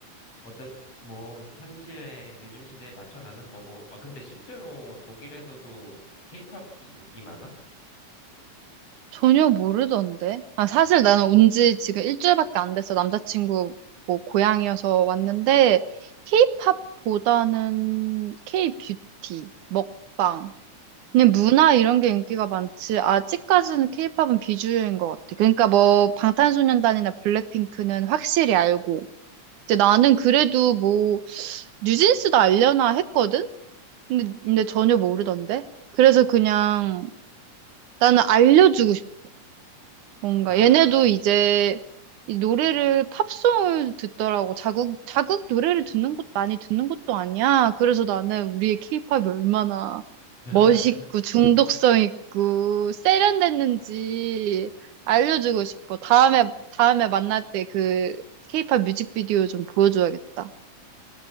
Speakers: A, on the left; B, on the right.
A: 어떻, 뭐, 현실에, 요즘 시대에 맞춰가는 거고. 아, 근데 실제로 독일에서도 케이팝 인기 많아?
B: 전혀 모르던데. 아, 사실 나는 온지 지금 일주일밖에 안 됐어. 남자친구 뭐 고향이어서 왔는데, 케이팝보다는 케이뷰티, 먹방. 그냥 문화 이런 게 인기가 많지. 아직까지는 케이팝은 비주류인 것 같아. 그러니까 뭐 방탄소년단이나 블랙핑크는 확실히 알고. 이제 나는 그래도 뭐 뉴진스도 알려나 했거든? 근데, 근데 전혀 모르던데. 그래서 그냥 나는 알려주고 싶어. 뭔가
A: 아.
B: 얘네도 이제 이 노래를 팝송을 듣더라고. 자국 자국 노래를 듣는 것 많이 듣는 것도 아니야. 그래서 나는 우리의 케이팝이 얼마나
A: <laughs>
B: 멋있고 중독성 있고 세련됐는지 알려주고 싶어. 다음에 다음에 만날 때 그 케이팝 뮤직비디오 좀 보여줘야겠다.